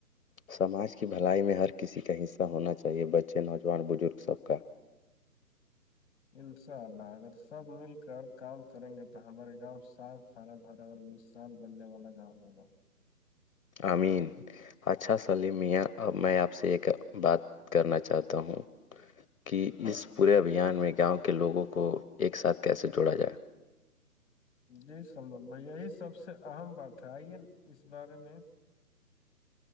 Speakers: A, on the left; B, on the left.
A: سماج کی بلائی میں ہر کسی کا حصہ ہونا چاہیے بچے نوجوان بزرگ سب کا
B: انشاء اللہ اگر سب مل کر کام کریں گے تو ہمارے گاؤں صاف کارا بھھرا اور مثال بننے والا گاؤں ہوگا
A: امین اچھا سلیم میاں اب میں آپ سے ایک بات کرنا چاہتا ہوں کہ اس پورے ابھیان میں گاؤں کے لوگوں کو ایک ساتھ کیسے جوڑا جائے
B: جی سمج بھائی یہی سب سے اہم بات ہے آئیے اس بارے میں